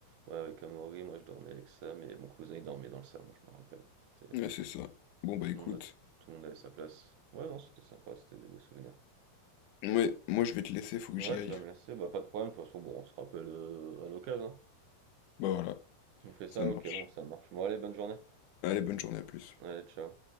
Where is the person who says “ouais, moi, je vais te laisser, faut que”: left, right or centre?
Left